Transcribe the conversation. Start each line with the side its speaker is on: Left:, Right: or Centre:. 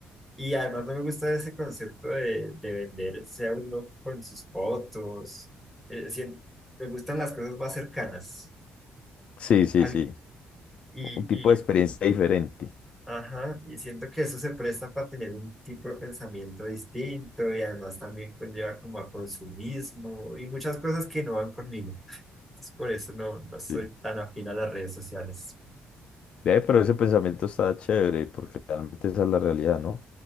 Centre: Y además no me gusta ese concepto de, de venderse a uno con sus fotos. Eh, sien- me gustan las cosas más cercanas.
Left: Sí, sí,
Centre: Al-
Left: sí.
Centre: y,
Left: Un tipo de experiencia diferente.
Centre: Ajá, y siento que eso se presta para tener un tipo de pensamiento distinto y además también conlleva como a consumismo y muchas cosas que no van conmigo. Entonces, por eso no, no soy
Left: Sí.
Centre: tan afín a las redes sociales.
Left: Ve, pero ese pensamiento está chévere, porque realmente esa es la realidad, ¿no?